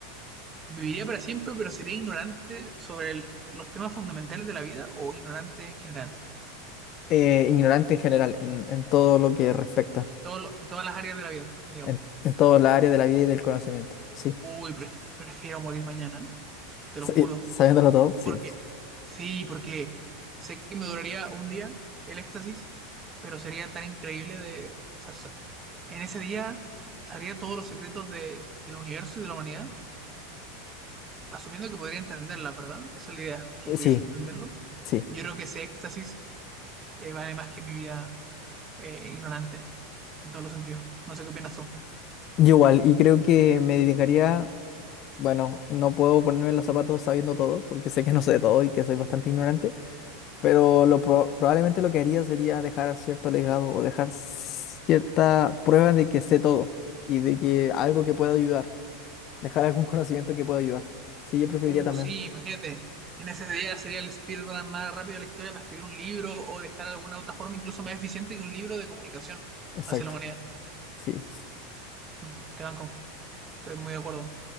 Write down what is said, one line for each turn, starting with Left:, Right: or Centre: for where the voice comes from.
Right: ¿Viviría para siempre, pero sería ignorante sobre el- los temas fundamentales de la vida o ignorante en general?
Left: Eh, ignorante en general, en, en todo lo que respecta,
Right: En, todo lo- en todas las áreas de la vida, digamos.
Left: en, en toda la área de la vida y del conocimiento. Sí.
Right: Uy, pref- prefiero morir mañana, te
Left: Sí,
Right: lo juro.
Left: Sabiéndolo todo, sí.
Right: Porque, sí, porque sé que me duraría un día el éxtasis, pero sería tan increíble de... O sea, sa- en ese día sabría todos los secretos de- del universo y de la humanidad. asumiendo que podría entenderla, ¿verdad? Esa es la idea, que
Left: Eh,
Right: pudiese
Left: Sí,
Right: entenderlo.
Left: sí.
Right: Yo creo que ese éxtasis eh, vale más que mi vida eh, ignorante, en todos los sentidos. No sé qué opinas tú.
Left: Yo igual, y creo que me dedicaría, bueno, no puedo ponerme los zapatos sabiendo todo, porque sé que no sé todo y que soy bastante ignorante, pero lo pro- probablemente lo que haría sería dejar cierto legado o dejar cierta prueba de que sé todo y de que algo que pueda ayudar, dejar algún conocimiento que pueda ayudar. Sí, yo preferiría
Right: Uh,
Left: también.
Right: sí, imagínate. En ese día sería el speedrun más rápido de la historia para escribir un libro o dejar alguna otra forma incluso más eficiente que un libro de comunicación
Left: Exacto,
Right: hacia la humanidad.
Left: sí.
Right: Mm, te banco, estoy muy de acuerdo.